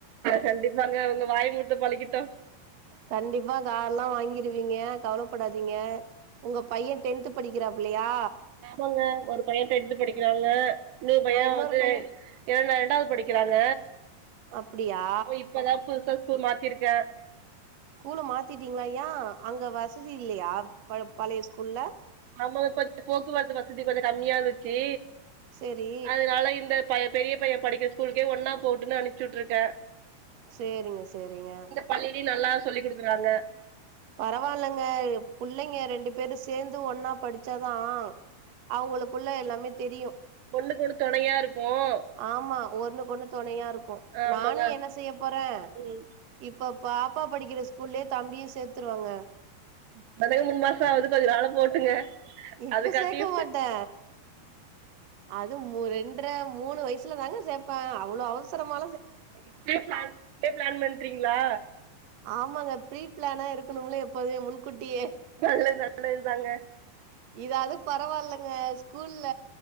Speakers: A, on the right; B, on the right.
A: கண்டிப்பாங்க உங்க வாய் முகூர்த்தம் பலிக்கட்டும்
B: கண்டிப்பா கார் எல்லாம் வாங்கிருவீங்க கவலைப்படாதீங்க உங்க பையன் டென்த் படிக்கிறாப்பில்லையா
A: ஆமாங்க ஒரு பையன் டென்த்து படிக்கிறாங்க இன்னொரு பையன்
B: நா இன்னொரு
A: வந்து
B: பைய
A: இரண்டாவது படிக்கிறாங்க
B: அப்டியா
A: இப்பதான் புதுசா ஸ்கூல் மாத்திருக்கேன்
B: ஸ்கூல மாத்திட்டீங்களா யான் அங்க வசதி இல்லையா பழைய ஸ்கூல்ல
A: நம்ம கொஞ்சம் போக்குவரத்து வசதி கொஞ்சம் கம்மியா இருந்துச்சு
B: சேரி
A: அதனால இந்த பையன் பெரிய பையன் படிக்க ஸ்கூலுக்கே ஒன்னா போட்டுன்னனு அனுப்சுட்டு இருக்கேன்
B: சேரிங்க சேரிங்க
A: பள்ளிலயும் நல்லா சொல்லி் கொடுக்குறாங்க
B: பரவாயில்லைங்க புள்ளைங்க ரெண்டு பேரும் சேர்ந்து ஒன்னா படிச்சாதான் அவங்களுக்குள்ள எல்லாமே தெரியும்
A: ஒண்ணுக்கு ஒண்ணு துணையா இருக்கும்
B: ஆமா ஒண்ணுக்கு ஒண்ணு துணையா இருக்கும்
A: ஆமாங்க
B: நானும் என்ன செய்ய போறேன்
A: ம்
B: இப்போ பாப்பா படிக்கிற ஸ்கூல்லயே தம்பியும் சேர்த்துருவாங்க
A: இப்பதானே மூனு மாசம் ஆகுது கொஞ்சம் நாளும் போட்டுங்க
B: இப்ப
A: அது காட்டியும்
B: சேக்க மாட்டே அது ரெண்டரை மூணு வயசுல தாங்க சேர்ப்பாங்க அவ்வளவு அவசரமா
A: இப்பயே பிளான் இப்படி பிளான் பண்றீங்களா
B: ஆமாங்க ப்ரீ பிளானா இருக்கணும்ல எப்போதுமே முன்கூட்டியே
A: நல்லது நல்லதுதாங்க
B: இதாவது பரவால்லங்க ஸ்கூல்ல